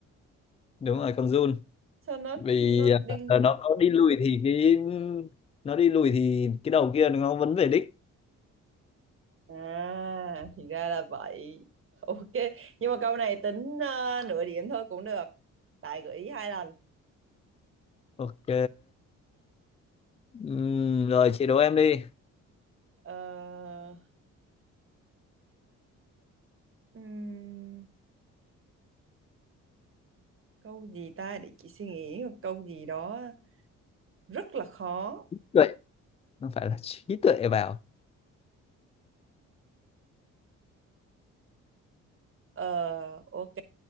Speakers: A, on the left; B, on the right.
A: đúng rồi con giun
B: Sao nó
A: vì
B: nó đinh
A: ờ,
B: ngực?
A: nó có đi lùi thì cái nó đi lùi thì cái đầu kia nó vẫn về đích
B: À thì ra là vậy. <laughs> Ok, nhưng mà câu này tính ờ, nửa điểm thôi cũng được. Tài gợi ý hai lần.
A: ok Ừm, rồi chị đố em đi
B: Ờ, ừm, câu gì ta để chị suy nghĩ một câu gì đó rất là khó.
A: Tuệ. không phải là trí tuệ vào
B: Ờ, ok,